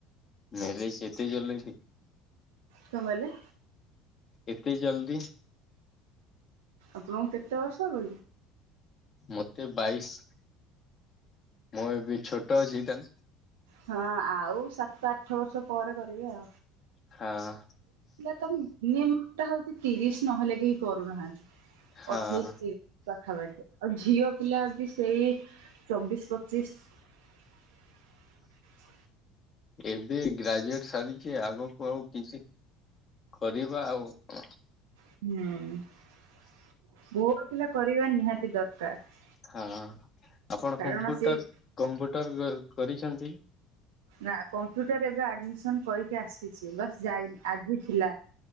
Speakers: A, on the left; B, on the right.
A: ମାର୍ରିଜେ ଏତେ ଜଲେ କି।
B: କଣ କହିଲେ?
A: ଏତେ ଜଲଦି।
B: ଆପଣଙ୍କୁ କେତେ ବର୍ଷ ହବକି?
A: ମତେ ବାଇଶ। ମୁଁ ଏ ବି ଛୋଟ ଅଛି ଏଇଟା
B: ହଁ ଆଉ ସାତ ଆଠ ବର୍ଷ ପରେ କରିବେ।
A: ହଁ।
B: ତମ <unintelligible> ଟା ହଉଛି ତିରିଶ ନହେଲେ କେହି କରୁନାହାନ୍ତି
A: ହଁ
B: ଅଠେଇଶ ତି ପାଖାପାଖି ଆଉ ଝିଅ ପିଲା ବି ସେଇ ଚବିଶ ପଚିଶ <inaudible>
A: ଏବେ ଗ୍ରାଜୁଏଟ ସାରିଛି ଆଗକୁ ଆଉ କିଛି କରିବା ଆଉ କ।
B: ହୁଁ। ପୁଅ ପିଲା କରିବା ନିହାତି ଦରକାର।
A: ହଁ ଆପଣ
B: କାରଣ
A: କମ୍ପୁଟର
B: ସେ
A: କମ୍ପୁଟର କରିଛନ୍ତି।
B: ନା କମ୍ପ୍ୟୁଟର ଏବେ ଆଡମିସନ କରିକି ଆସିଛି ବସ୍ ଯାଇନି ଆଜି ଥିଲା।